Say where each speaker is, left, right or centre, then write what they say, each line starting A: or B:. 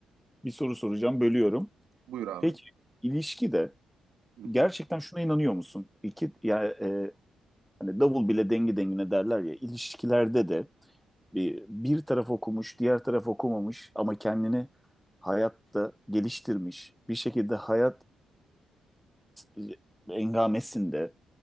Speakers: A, in the centre; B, on the right (about 80°).
A: Bir soru soracağım, bölüyorum.
B: buyur abi.
A: Peki ilişkide
B: Hı hı,
A: gerçekten şuna inanıyor musun? İki, ya, e, hani davul bile dengi dengine derler ya, ilişkilerde de bir, bir taraf okumuş, diğer taraf okumamış ama kendini hayatta geliştirmiş. Bir şekilde hayat e, engamesinde